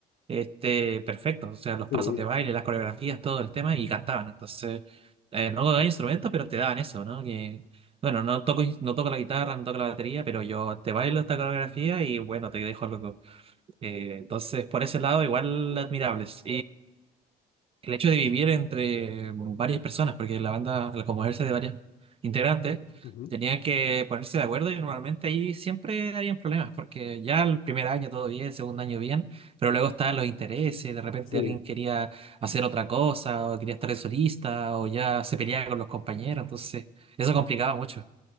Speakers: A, on the right (about 35°); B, on the left (about 55°).
A: este, perfectos, o sea, los
B: sí.
A: pasos de baile, las coreografías, todo el tema, y cantaban. Entonces, eh, no tocaba instrumentos, pero te daban eso, ¿no? Que, bueno, no toco, ins- no toco la guitarra, no toco la batería, pero yo te bailo esta coreografía y bueno, te dejo loco. Eh, entonces, por ese lado, igual admirables el hecho de vivir entre bueno, varias personas, porque la banda, al componerse de varios integrantes,
B: Ujú,
A: tenían que ponerse de acuerdo y normalmente ahí siempre habían problemas, porque ya el primer año todo bien, el segundo año bien, pero luego estaban los intereses, de repente
B: sí.
A: alguien quería hacer otra cosa, o quería estar de solista, o ya se peleaba con los compañeros, entonces eso complicaba mucho.